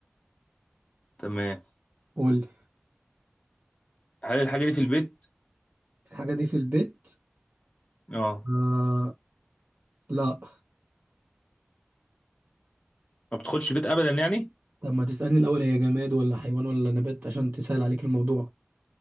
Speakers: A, on the left; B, on the right.
A: تمام
B: قول لي
A: هل الحاجه دي في البيت
B: الحاجة دي في البيت
A: اه
B: آه لا
A: ما بتخش البيت ابدا يعني
B: طب ما تسألني الأول هي جماد ولا حيوان ولا نبات عشان تسهل عليك الموضوع